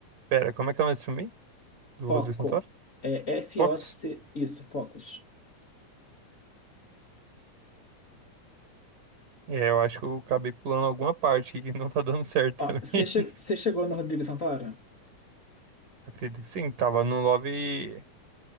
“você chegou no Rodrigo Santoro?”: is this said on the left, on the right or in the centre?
Left